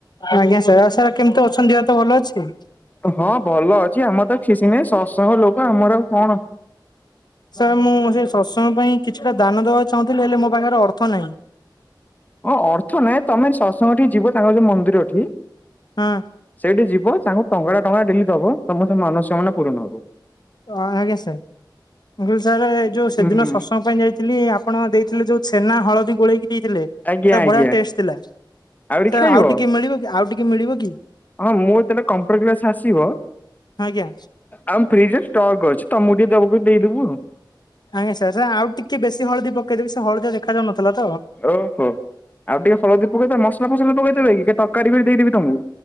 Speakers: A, on the left; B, on the left.
A: ଆଜ୍ଞା ସାର୍ ଆଉ ସାର୍ କେମିତି ଅଛନ୍ତି ଦେହ ତ ଭଲ ଅଛି।
B: ହଁ ଭଲ ଅଛି ଆମର ତ କିଛି ନାହିଁ ସସଙ୍ଗ ଲୋକ ଆମର ଆଉ କଣ
A: ସାର୍ ମୁଁ ସେ ସସଙ୍ଗ ପାଇଁ କିଛିଟା ଦାନ ଦବାକୁ ଚାହୁଁଥିଲି ହେଲେ ମୋ ପାଖରେ ଅର୍ଥ ନାଇଁ।
B: ହଁ ଅର୍ଥ ନାଇଁ ତମେ ସସଙ୍ଗଠି ଯିବ ତାଙ୍କ ଯୋଉ ମନ୍ଦିରଠି
A: ହଁ
B: ସେଇଠି ଯିବ ତାଙ୍କୁ ଟଙ୍କା ଟଙ୍କା ଡେଲି ଦବ ତମର ସେ ମାନସ୍କାମନା ପୂରଣ ହବ।
A: ଆ ଆଜ୍ଞା ସାର୍ ମୁଁ କହିଲି ସାର୍ ଏ ଯୋଉ ସେଦିନ
B: ହୁଁ
A: ସସଙ୍ଗ ପାଇଁ ଯାଇଥିଲି ଆପଣ ଦେଇଥିଲେ ଯୋଉ ଛେନା ହଳଦୀ ଗୋଳେଇକି ଦେଇଥିଲେ
B: ଆଜ୍ଞା
A: ସାର୍
B: ଆଜ୍ଞା
A: ବଢିଆ ଟେଷ୍ଟ ଥିଲା
B: ଆହୁରି
A: ତ
B: ଖାଇବ
A: ଆଉ ଟିକେ ମିଳିବ କି ଆଉ ଟିକେ ମିଳିବ କି?
B: ହଁ ମୁଁ ତେବେ କମ୍ପ୍ୟୁଟର କ୍ଲାସ ଆସିବ
A: ଆଜ୍ଞା!
B: ଆଉ ଫ୍ରିଜରେ ଷ୍ଟକ୍ ଅଛି ତମକୁ ଟିକେ ଦେବାକୁ ଦେଇଦେବୁ ଆଉ।
A: ଆଜ୍ଞା ସାର୍ ଆଉ ଟିକେ ବେଶୀ ହଳଦୀ ପକେଇଦେବି ସେ ହଳଦି ଦେଖାଯାଉନଥିଲା ତ
B: ଓହୋ ଆଉ ଟିକେ ହଳଦୀ ପକେଇଦବା ମସଲା ଫସଲା ପକେଇଦବା କି ତରକାରୀ କରି ଦେଇଦେବି ତମକୁ।